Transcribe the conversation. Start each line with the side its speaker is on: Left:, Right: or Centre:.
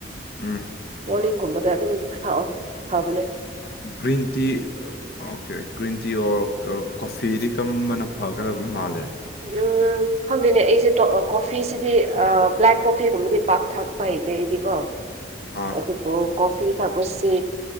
Left: ꯎꯝ
Right: ꯃꯣꯔꯅꯤꯡꯒꯨꯝꯕꯗ ꯑꯗꯨꯝ ꯊꯥꯛꯑꯣ ꯐꯕꯅꯦ
Left: ꯒ꯭ꯔꯤꯟ ꯇꯤ ꯑ ꯑꯣꯀꯦ ꯒꯤꯔꯤꯟ ꯇꯤ ꯑꯣꯔ ꯀꯣꯐꯤꯗꯤ ꯀꯔꯝꯕꯅ ꯐꯒꯗꯕ ꯃꯥꯜꯂꯦ
Right: ꯎꯝ ꯈꯪꯗꯦꯅꯦ ꯑꯩꯁꯦ ꯀꯣꯐꯤꯁꯤꯗꯤ ꯑ ꯕ꯭ꯂꯦꯛ ꯀꯣꯐꯤꯒꯨꯝꯕꯗꯤ ꯄꯥꯛ ꯊꯥꯛꯄ ꯍꯩꯇꯦ ꯑꯩꯗꯤ ꯀꯣ
Left: ꯑꯥ
Right: ꯑꯗꯨꯕꯨ ꯀꯣꯐꯤ ꯊꯥꯛꯄ ꯁꯤ